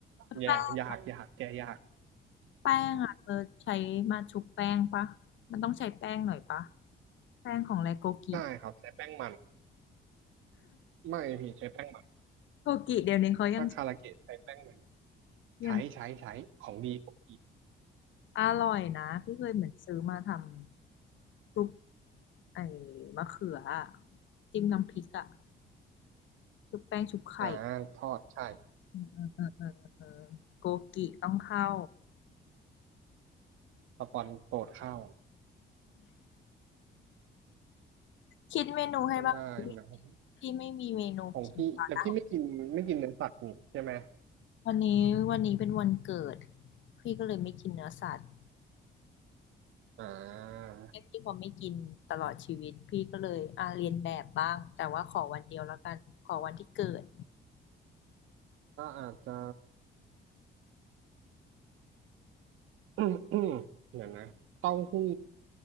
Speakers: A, on the left; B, on the right.
A: แป้ง
B: แยกยากยากแก้ยาก
A: แป้งอ่ะเธอใช้มาชุบแป้งปะมันต้องใช้แป้งหน่อยปะแป้งของไรโกกิ
B: ใช่ครับใช้แป้งมันไม่พี่ใช้แป้งมัน
A: โกกิเดี๋ยวนี้เขายัง
B: ถ้าคาราเกะใช้แป้งมัน
A: ยัง
B: ใช้ใช้ใช้ของดีของดี
A: อร่อยนะพี่เคยเหมือนซื้อมาทำชุบไอ้มะเขืออะจิ้มน้ำพริกอะชุบแป้งชุบไข่
B: อ่าทอดใช่
A: เออเออเออเออเออโกกิต้องเข้า
B: สปอนโปรดเข้า
A: คิดเมนูให้บ้างสิ
B: ได้นะครับ
A: พี่ไม่มีเมนูกินตอนนะ
B: ของพี่แต่พี่ไม่กินไม่กินเนื้อสัตว์นี่ใช่ไหม
A: วันนี้วันนี้เป็นวันเกิดพี่ก็เลยไม่กินเนื้อสัตว์
B: อ่า
A: แค่พี่พอไม่กินตลอดชีวิตพี่ก็เลยอ่าเรียนแบบบ้างแต่ว่าขอวันเดียวแล้วกันขอวันที่เกิด
B: ก็อาจจะ <coughs> อืมอืมเดี๋ยวนะเต้าหู้